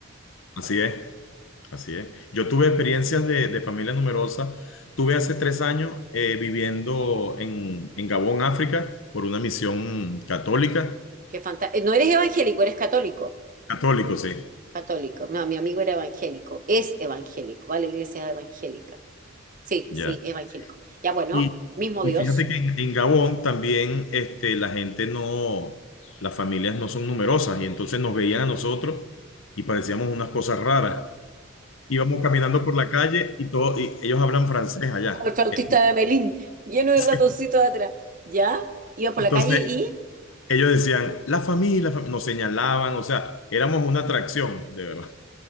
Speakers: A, on the left; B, on the right.
A: Así es. Así es. Yo tuve experiencias de, de familia numerosa. Tuve hace tres años eh, viviendo en, en Gabón, África, por una misión católica.
B: Qué fanta- eh, No eres evangélico, eres católico.
A: Católico, sí.
B: Católico. No, mi amigo era evangélico. Es evangélico, ¿vale? Iglesia evangélica. Sí,
A: Ya.
B: sí, evangélico. Ya bueno,
A: Y,
B: mismo
A: y
B: Dios.
A: fíjate que en, en Gabón también este, la gente no, las familias no son numerosas y entonces nos veían a nosotros y parecíamos unas cosas raras. Íbamos caminando por la calle y, todo, y ellos hablan francés allá.
B: Como el flautista
A: Entonces,
B: de Amelín, lleno de ratoncitos
A: <laughs>
B: atrás. ¿Ya? Iba por
A: entonces
B: la calle y
A: Ellos decían, la familia, la fam-". nos señalaban, o sea, éramos una atracción, de verdad.